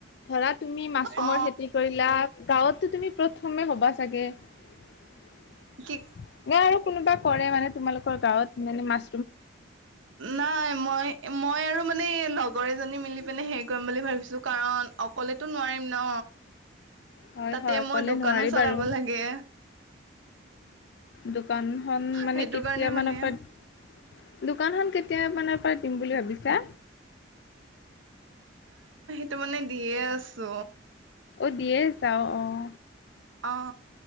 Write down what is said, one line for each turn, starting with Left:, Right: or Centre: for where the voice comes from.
Left: ধৰা তুমি মাছৰুমৰ
Right: অ
Left: খেতি কৰিলা গাঁৱতো তুমি প্ৰ অসমমে হ'বা চাগে ন
Right: কি
Left: আৰু কোনোবা কৰে মানে তোমালোকৰ গাঁৱত মানে মাছ
Right: নাই মই মই আৰু মানে লগৰ এজনী মিলি পিনে হেৰি কৰিম বুলি ভাবিছো কাৰণ অকলেতো নোৱাৰিম ন
Left: হয়
Right: তাতে
Left: হয় অকলে
Right: মই দোকানো
Left: নোৱাৰি
Right: চলাব
Left: বাৰু
Right: লাগে
Left: দোকানখনন মানে
Right: সেইটো
Left: কেতিয়াামানৰ
Right: কাৰণে মানে
Left: পৰা দোকানখনন কেতিয় মানৰ পৰা দিম বুলি ভাবিছা
Right: তটো মানে দিয়ে আছো
Left: অ' দিয়ে চাওঁ অঁ
Right: অ